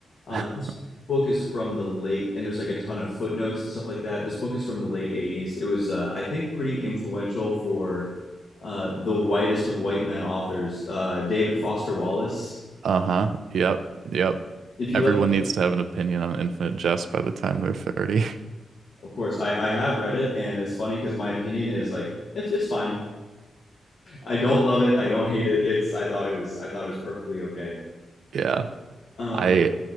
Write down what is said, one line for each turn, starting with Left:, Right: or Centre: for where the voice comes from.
Left: Uh,
Right: <laughs>
Left: this book is from the late, and there's like a ton of footnotes and stuff like that. This book is from the late 80s. It was, uh, I think, pretty influential for uh, the whitest of white men authors, uh, David Foster Wallace.
Right: Uh-huh. Yep. Yep.
Left: If you
Right: Everyone
Left: like,
Right: needs to have an opinion on Infinite Jest by the time they're 30.
Left: of course, I, I have read it, and it's funny because my opinion is like it's it's fine. I don't love it. I don't hate it. It's I thought it was I thought it was perfectly okay.
Right: <laughs> Yeah.
Left: Um,
Right: I